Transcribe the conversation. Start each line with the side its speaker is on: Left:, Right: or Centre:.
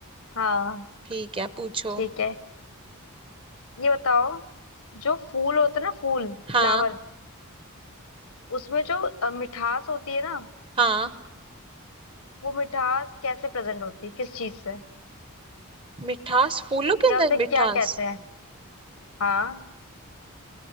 Left: हाँ
Right: ठीक है पूछो
Left: ठीक है ये बताओ जो फूल होते हैं ना फूल फ्लावर
Right: हाँ
Left: उसमें जो अ, मिठास होती है ना
Right: हाँ
Left: वो मिठास कैसे प्रेजेंट होती है किस चीज से
Right: मिठास फूलों के अंदर
Left: या उसे क्या
Right: मिठास
Left: कहते हैं हाँ